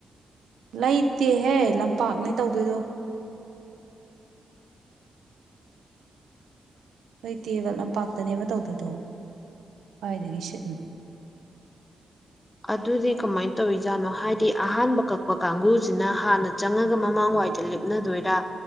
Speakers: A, on the right; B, on the left.
A: ꯂꯩꯇꯦꯍꯦ ꯂꯝꯄꯥꯛꯅꯦ ꯇꯧꯗꯣꯏꯗꯣ ꯂꯩꯇꯦꯕ ꯂꯝꯄꯥꯛꯇꯅꯦꯕ ꯇꯧꯗꯣꯏꯗꯣ ꯀꯥꯏꯗꯒꯤ ꯁꯤꯠꯅꯣ
B: ꯑꯗꯨꯗꯤ ꯀꯃꯥꯏꯅ ꯇꯧꯔꯤꯖꯥꯠꯅꯣ ꯍꯥꯏꯗꯤ ꯑꯍꯥꯟꯕ ꯀꯛꯄ ꯀꯥꯡꯕꯨꯁꯤꯅ ꯍꯥꯟꯅ ꯆꯪꯉꯒ ꯃꯃꯥꯡꯋꯥꯏꯗ ꯂꯦꯞ ꯅꯗꯣꯏꯔ